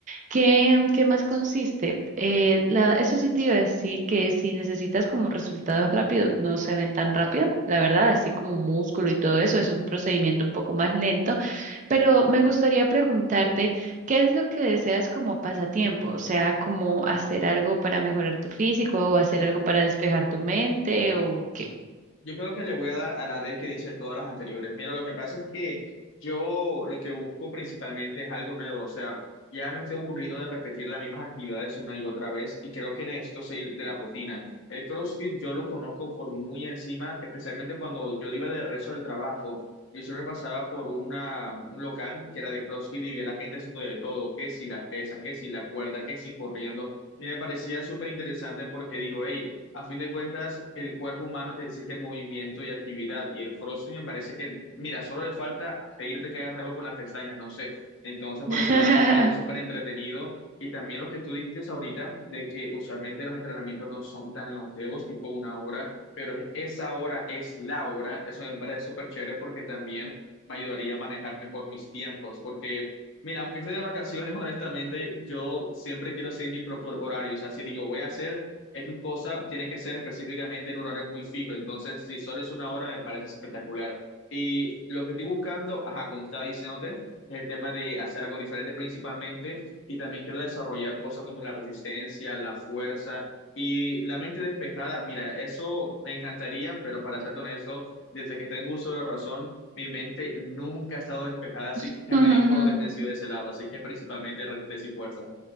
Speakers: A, on the right (about 35°); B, on the left (about 60°).
A: ¿Qué, qué más consiste? Eh, la- eso sí te iba a decir que si necesitas como resultados rápidos, no se ven tan rápido, la verdad, así como músculo y todo eso, es un procedimiento un poco más lento, pero me gustaría preguntarte, ¿qué es lo que deseas como pasatiempo? O sea, como hacer algo para mejorar tu físico o hacer algo para despejar tu mente o qué.
B: Yo creo que le voy a dar a la D que dice todas las anteriores. Mira, lo que pasa es que yo lo que busco principalmente es algo nuevo. O sea, ya me estoy aburriendo de repetir las mismas actividades una y otra vez y creo que necesito salir de la rutina. El CrossFit yo lo conozco por muy encima, especialmente cuando yo iba de rezo del trabajo. Yo siempre pasaba por una, un local que era de CrossFit y vi a la gente haciendo de todo, que si las pesas, que si la cuerda, que si corriendo. Y me parecía súper interesante porque digo, hey, a fin de cuentas, el cuerpo humano te exige movimiento y actividad. Y el CrossFit me parece que, mira, solo le falta pedirte que hagas algo con las pestañas, no sé. Entonces, por
A: <laughs>
B: ese lado me parece súper entretenido. Y también lo que tú dijiste ahorita, de que usualmente los entrenamientos no son tan longevos, tipo una hora, pero esa hora es la hora. Eso me parece súper chévere porque también me ayudaría a manejar mejor mis tiempos. Porque, mira, aunque esté de vacaciones, <laughs> honestamente, yo siempre quiero seguir mi propio horario. O sea, si digo, voy a hacer X cosa tiene que ser específicamente en un horario muy fijo. Entonces, si solo es una hora, me parece espectacular. Y lo que estoy buscando, ajá, como estaba diciéndote, es el tema de hacer algo diferente principalmente. Y también quiero desarrollar cosas como la resistencia, la fuerza y la mente despejada. Mira, eso me encantaría, pero para ser honesto, desde que tengo uso de razón, mi mente nunca ha estado despejada, así que
A: <laughs>
B: me di por desvencido de ese lado. Así que principalmente resistencia y fuerza.